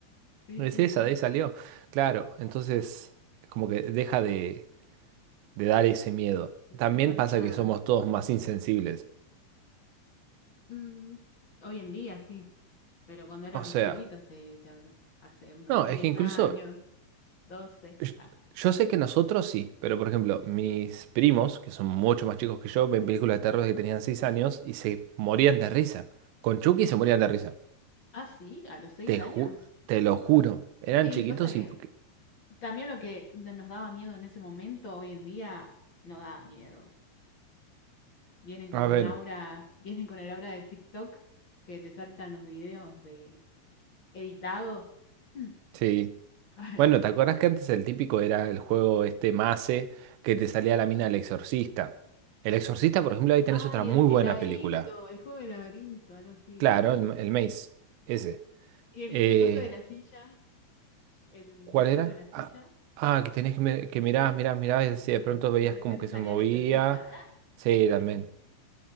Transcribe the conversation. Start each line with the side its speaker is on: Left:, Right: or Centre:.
Left: Sí,
Right: No es
Left: sí,
Right: esa,
Left: sí.
Right: de ahí salió. Claro, entonces como que deja de de dar ese miedo.
Left: Entonces
Right: También
Left: con
Right: pasa
Left: esa...
Right: que somos todos más insensibles.
Left: mm, hoy en día sí, pero cuando éramos
Right: O sea,
Left: chiquitos te, te hablo. Hace unos
Right: no,
Left: 10
Right: es que incluso
Left: años, doce
Right: yo,
Left: Ah,
Right: yo sé que nosotros sí, pero por ejemplo, mis primos, que son mucho más chicos que yo, ven películas de terror que tenían 6 años y se morían de risa. Con Chucky se morían de risa.
Left: ah, sí, a los 6
Right: Te
Left: años.
Right: ju- te lo juro. Eran
Left: Y
Right: chiquitos
Left: pasa que
Right: y...
Left: También lo que nos daba miedo en ese momento, hoy en día, no da miedo. Vienen con
Right: A
Left: un
Right: ver,
Left: aura, <laughs> vienen con el aura de TikTok que te saltan los videos de editados. Mm.
Right: sí.
Left: <laughs>
Right: Bueno, ¿te acuerdas que antes el típico era el juego este Mace que te salía la mina del exorcista? El exorcista, por ejemplo, ahí tenés
Left: Ay,
Right: otra muy
Left: el,
Right: buena
Left: el laberinto,
Right: película.
Left: el juego del laberinto, algo así
Right: Claro,
Left: era.
Right: el, el Maze, ese.
Left: Y el,
Right: Eh,
Left: el coso de la silla, el
Right: ¿cuál
Left: video
Right: era?
Left: de la silla,
Right: Ah, ah, que tenías que, mi- que mirabas, mirabas, mirabas y si de pronto
Left: y
Right: veías
Left: de repente
Right: como que
Left: salía
Right: se movía.
Left: el exorcista. ¿Ah?
Right: Sí, también.